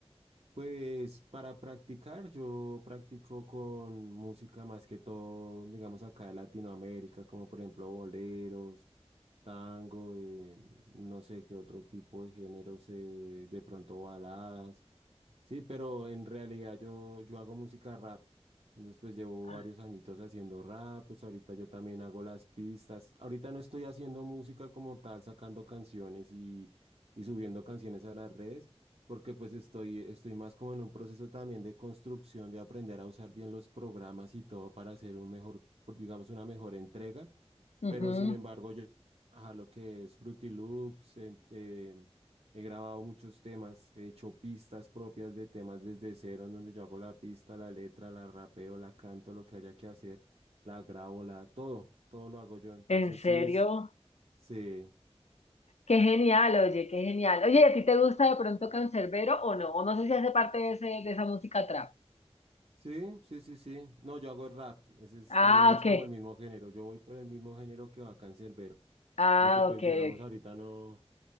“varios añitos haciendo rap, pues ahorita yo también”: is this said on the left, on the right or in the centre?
Right